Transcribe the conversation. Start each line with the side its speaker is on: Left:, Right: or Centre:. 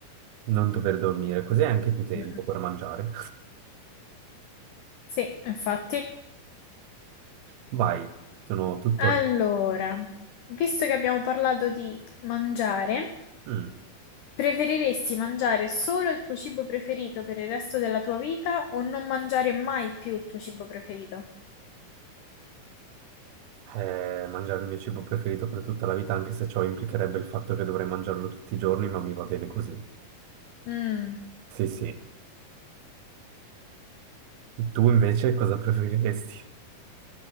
Right: non dover dormire, così hai anche più tempo
Left: Mm,
Right: per mangiare.
Left: Sì, infatti.
Right: Vai, sono tutto...
Left: Allora, visto che abbiamo parlato di mangiare,
Right: Mm.
Left: preferiresti mangiare solo il tuo cibo preferito per il resto della tua vita o non mangiare mai più il tuo cibo preferito?
Right: Eh, mangiare il mio cibo preferito per tutta la vita, anche se ciò implicherebbe il fatto che dovrei mangiarlo tutti i giorni, ma mi va bene così.
Left: Mm.
Right: Sì, sì. Tu invece cosa <laughs> preferiresti?